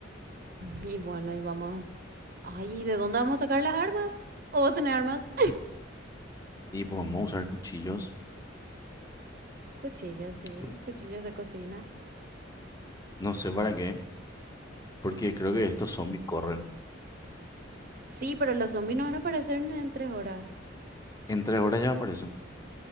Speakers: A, on the right; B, on the left.
A: Y bueno, y vamos a... Ay, ¿y ¿de dónde vamos a sacar las armas? ¿O vos tenés armas?
B: Y podemos usar cuchillos.
A: Cuchillos, sí.
B: Uy,
A: Cuchillos de cocina.
B: No sé para qué, porque creo que estos zombies corren.
A: Sí, pero los zombies no van a aparecer en en tres horas.
B: En tres horas ya aparecen.